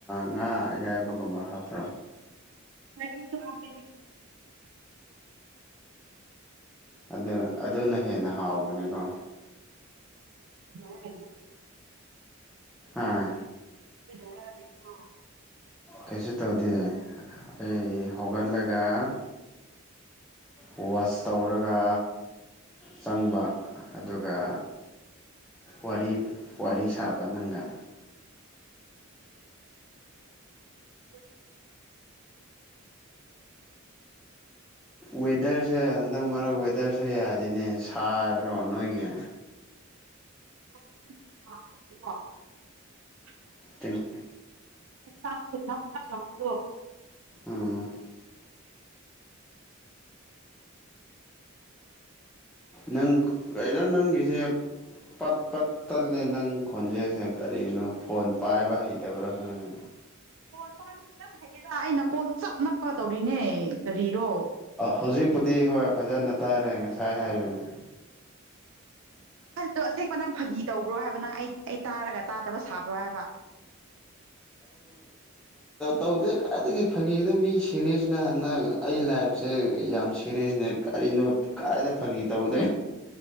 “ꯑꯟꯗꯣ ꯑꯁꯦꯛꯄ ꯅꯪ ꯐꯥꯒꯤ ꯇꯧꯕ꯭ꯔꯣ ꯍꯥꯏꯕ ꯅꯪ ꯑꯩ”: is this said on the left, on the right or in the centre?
Right